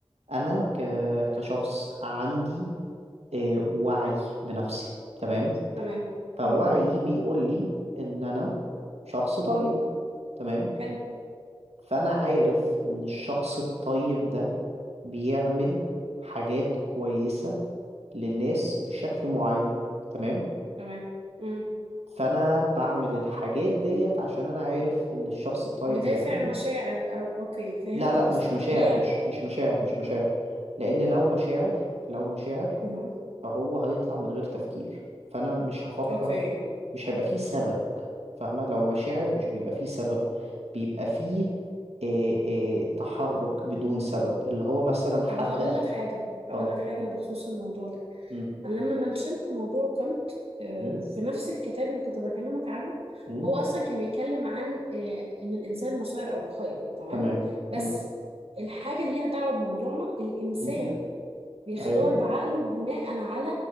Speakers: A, on the right; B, on the right.
A: انا ك... كشخص عندي آه، وعي بنفسي تمام
B: تمام
A: فوعيي
B: مم.
A: بيقول لي ان انا شخص طيب تمام
B: حلو
A: فانا عارف ان الشخص الطيب ده بيعمل حاجات كويسة للناس بشكل معين تمام
B: تمام مم.
A: فانا بعمل الحاجات ديت عشان انا عارف ان الشخص الطيب
B: بدافع
A: بيعملها
B: مشاعر او اوكي فهمت
A: لا لا
B: قصدك
A: مش مشاعر
B: هي
A: مش مش مشاعر مش مشاعر لان لو مشاعر لو مشاعر
B: مه.
A: فهو هيطلع من غير تفكير فانا مش هفكر
B: اوكي
A: في... مش هيبقى فيه سبب فاهمة لو مشاعر مش بيبقى فيه سبب بيبقى فيه إيه إيه تحرك بدون سبب اللي هو مثلا حد
B: طب هقول لك حاجه هقول
A: اه
B: لك حاجه بخصوص الموضوع ده
A: أم،
B: انا لما منشنت موضوع كنت آه،
A: أم،
B: في نفس الكتاب اللي كنت بكلمك عنه
A: أم،
B: هو اصلا كان بيتكلم عن آه، ان الانسان مسير او مخير تمام
A: تمام
B: بس
A: أم،
B: الحاجه اللي ليها دعوه بموضوعنا الانسان
A: أم،
B: بيختار
A: ايوه
B: بعقله بناء على